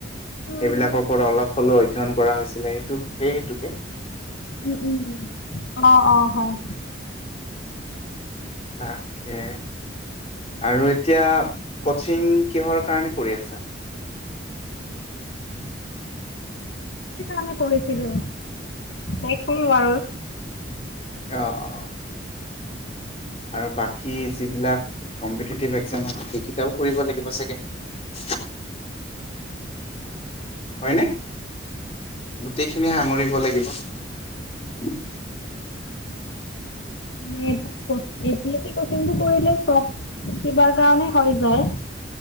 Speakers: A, on the left; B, on the left.
A: উম
B: এইবিলাকৰ ওপৰত অলপ হ'লেও অধ্যয়ন কৰা হৈছিলে এইটো সেইহেতুকে
A: উম উম অ অ হয়
B: তাকে। আৰু এতিয়া কচিং কিহৰ কাৰণে কৰি আছা
A: আমি কৰিছিলোঁ, সেইখন বাৰু
B: অ অ আৰু বাকী যিবিলাক কম্পিটিটিভ একজাম সেইকেইটাও কৰিব লাগিব চাগে। <unintelligible> হয়নে? গোটেইখিনি সাঙুৰি কব লাগিব
A: মানে এ পি এি কচিং কৰিলে চব কিবাৰ কাৰণে হৈ যায়